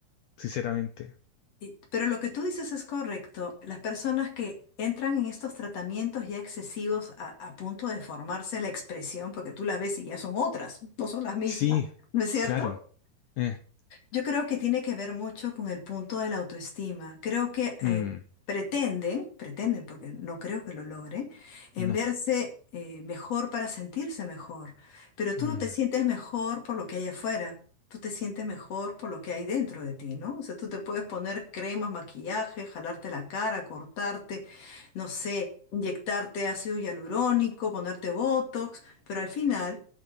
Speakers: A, on the left; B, on the left.
A: sinceramente.
B: Y- Pero lo que tú dices es correcto. Las personas que entran en estos tratamientos ya excesivos a, a punto de formarse la expresión, porque tú la ves y ya son otras, no son las mismas,
A: Sí,
B: ¿no es cierto?
A: claro. Eh,
B: Yo creo que tiene que ver mucho con el punto de la autoestima. Creo que
A: mm,
B: eh, pretenden, pretenden, porque no creo que lo logren, en
A: no.
B: verse eh, mejor para sentirse mejor. Pero tú
A: mm.
B: no te sientes mejor por lo que hay afuera. Tú te sientes mejor por lo que hay dentro de ti, ¿no? O sea, tú te puedes poner cremas, maquillaje, jalarte la cara, cortarte, no sé, inyectarte ácido hialurónico, ponerte botox, pero al final,